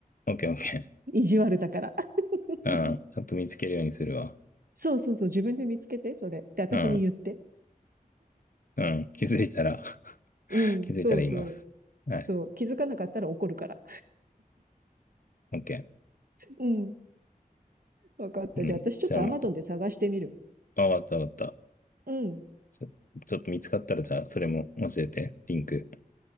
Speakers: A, on the left; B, on the right.
A: オッケーオッケ
B: 意地悪だから。<laughs>
A: ー。うん。ちゃんと見つけるようにするわ。
B: そうそうそうそう、自分で見つけて、それ。って私に言って。
A: うん。うん。気づいたら <laughs>
B: うん、
A: 気づいたら言います。
B: そうそう。
A: はい。
B: そう、気づかなかったら怒るから。
A: オッケ
B: <laughs> うん、わかった。
A: ー。うん。
B: じゃあ私ちょっとアマゾンで探してみる。
A: じゃあまた。あ、わかったわかった。
B: うん、
A: ちょ、ちょっと見つかったら、じゃあ、それも教えて。リンク。